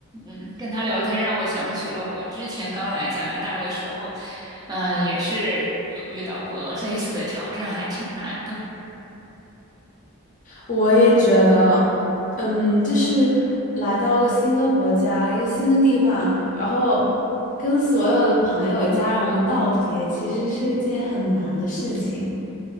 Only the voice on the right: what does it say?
嗯，跟他聊天让我想起了我之前刚来加拿大的时候，呃，也是有遇到过类似的挑战，还挺难的。